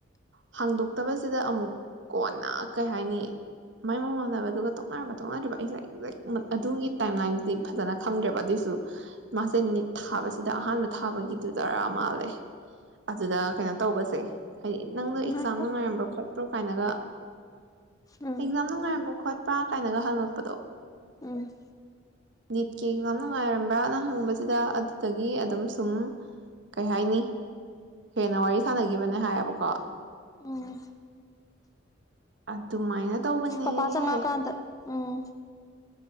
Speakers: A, on the right (about 65°); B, on the left (about 20°).
A: ꯍꯥꯡꯗꯣꯛꯇꯕꯁꯤꯗ ꯑꯃꯨꯛ ꯀꯣꯟꯅ ꯀꯩ ꯍꯥꯏꯅꯤ ꯃꯥꯏ ꯃ ꯃꯥꯟꯅꯕꯗꯨꯒ ꯇꯣꯛꯅꯔꯕ ꯃ ꯇꯣꯛꯅꯗꯔꯤꯕ ꯑꯩꯁꯦ ꯑꯦꯛꯖꯦꯛ ꯑꯗꯨꯒꯤ ꯇꯥꯏꯝ ꯂꯥꯏꯟꯗꯨ ꯗꯤ ꯐꯖꯅ ꯈꯪꯗ꯭ꯔꯦꯕ ꯑꯗꯨꯏꯁꯨ ꯃꯥꯁꯦ ꯅꯤꯠ ꯊꯥꯕꯁꯤꯗ ꯑꯍꯥꯟꯕ ꯊꯥꯕꯒꯤꯗꯨ ꯔꯥ ꯃꯥꯜꯂꯦ ꯑꯗꯨꯗ ꯀꯩꯅꯣ ꯇꯧꯕꯁꯦ ꯍꯥꯏꯗꯤ ꯅꯪꯅ ꯑꯦꯛꯖꯥꯝ
B: ꯎꯝ ꯉꯥꯏꯈꯣ
A: ꯅꯨꯡꯉꯥꯏꯔꯝꯕ꯭ꯔꯣ ꯈꯣꯠꯄ꯭ꯔꯣ ꯀꯥꯏꯅꯒ
B: ꯎꯝ
A: ꯑꯦꯛꯖꯥꯝ ꯅꯨꯡꯉꯥꯏꯔꯝꯕ꯭ꯔꯥ ꯈꯣꯠꯄ꯭ꯔꯥ ꯀꯥꯏꯅꯒ ꯍꯪꯉꯛꯄꯗꯣ
B: ꯎꯝ
A: ꯅꯤꯠꯀꯤ ꯑꯦꯛꯖꯥꯝ ꯅꯨꯡꯉꯥꯏꯔꯝꯕ꯭ꯔꯥꯅ ꯍꯪꯕꯁꯤꯗ ꯑꯗꯨꯗꯒꯤ ꯑꯗꯨꯝ ꯁꯨꯝ ꯀꯩ ꯍꯥꯏꯅꯤ ꯍꯦꯟꯅ ꯋꯥꯔꯤ ꯁꯥꯟꯅꯒꯤꯕꯅꯦ ꯍꯥꯏꯌꯦꯕꯀꯣ
B: ꯎꯝ
A: ꯑꯗꯨꯃꯥꯏꯅ ꯇꯧꯕꯅꯦꯌꯦ
B: ꯄꯄꯥ ꯆꯡꯉꯀꯥꯟꯗ ꯎꯝ